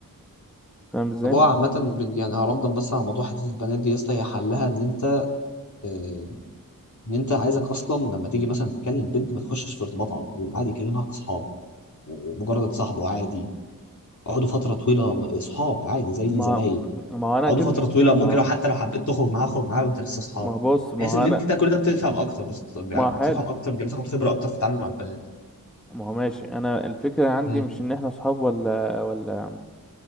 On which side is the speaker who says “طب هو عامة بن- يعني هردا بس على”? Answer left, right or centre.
Left